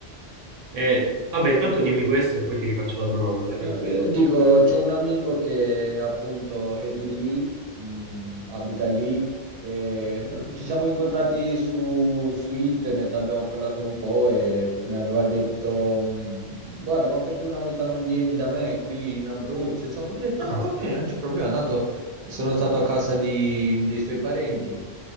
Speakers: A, on the right (about 80°); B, on the right (about 55°).
A: Eh, vabbè, intanto dimmi questo e poi ti rifaccio la domanda, tranquillo.
B: No, eh, dico, c'ho un amico che appunto è di lì, mh, abita lì, e non- ci siamo incontrati su, su internet, abbiamo parlato un po' e mi aveva detto, mh, guarda, ma perché una volta non vieni da me qui in Abruzzo? Insomma, io ho detto, ah,
A: Ah.
B: va bene, non c'è problema, tanto sono stato a casa di- dei suoi parenti.